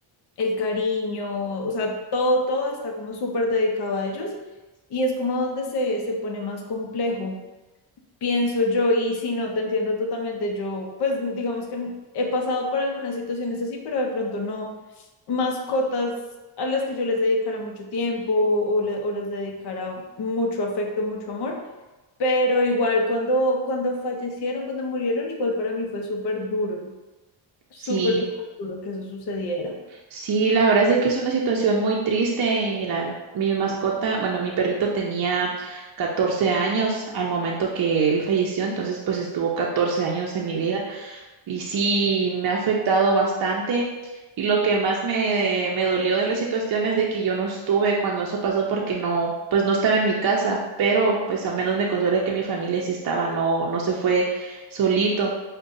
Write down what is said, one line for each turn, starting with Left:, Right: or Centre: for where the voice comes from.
Left: el cariño, o sea, todo, todo está como súper dedicado a ellos y es como donde se, se pone más complejo pienso yo, y si no, te entiendo totalmente. Yo, pues, digamos que he pasado por algunas situaciones así, pero de pronto no mascotas a las que yo les dedicara mucho tiempo o, le- o les dedicara mucho afecto, mucho amor. Pero igual cuando, cuando fallecieron, cuando murieron, igual para mí fue súper duro, súper,
Right: Sí.
Left: súper duro que eso sucediera.
Right: Sí, la verdad es de que es una situación muy triste y mira, mi mascota,
Left: Y,
Right: bueno, mi perrito tenía 14 años al momento que él falleció, entonces pues estuvo 14 años en mi vida y sí me ha afectado bastante y lo que más me, me dolió de la situación es de que yo no estuve cuando eso pasó porque no, pues no estaba en mi casa, pero pues al menos me consuela que mi familia sí estaba, no, no se fue solito